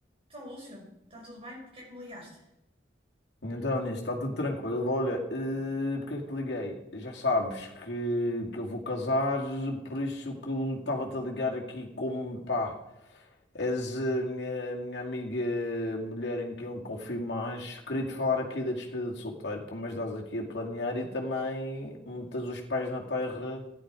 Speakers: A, on the right (about 30°); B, on the left (about 65°).
A: Então, Lúcio, está tudo bem? Porque é que me ligaste?
B: Então, nisso, está tudo tranquilo. Olha, eh,
A: Bom,
B: porque é que te liguei? Já sabes que, que eu vou casar, por isso que eu estava-te a ligar aqui como, pá, és a minha, a minha amiga mulher em quem eu confio mais. Queria-te falar aqui da despedida de solteiro, para me ajudares aqui a planear e também meteres os pés na terra,